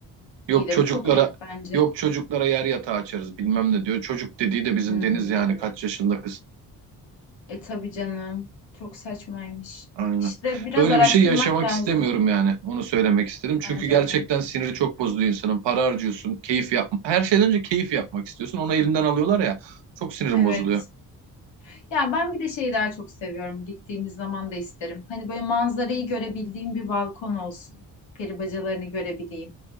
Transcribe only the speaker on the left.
İyi de
bu çok ayıp bence.
Hmm,
e tabii canım. Çok saçmaymış.
İşte biraz
araştırmak
lazım
bence
de.
Evet.
Ya ben bir de şeyi daha çok seviyorum. Gittiğimiz zaman da isterim. Hani böyle manzarayı görebildiğim bir balkon olsun. Peri bacalarını görebileyim.